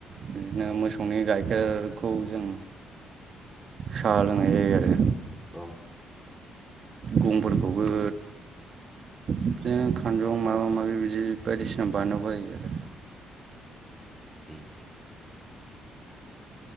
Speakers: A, on the right (about 50°); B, in the centre.
A: बिदिनो
B: औ
A: मोसौनि गाइ खेरखौ जों साहा लोंनाय जायो आरो।
B: उम
A: गंफोरखौबो बिदिनो खानजं माबा माबि बिदि बायदिसिना बानायला बायो आरो।
B: उम।